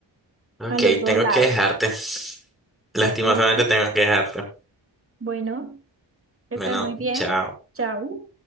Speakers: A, in the centre; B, on the right (about 30°).
A: Ok,
B: a los dos
A: tengo
B: lados.
A: que dejarte. <laughs> Lastimosamente
B: Bueno, dale.
A: tengo que dejarte.
B: Bueno, que
A: Bueno,
B: estés muy bien.
A: chao.
B: Chao.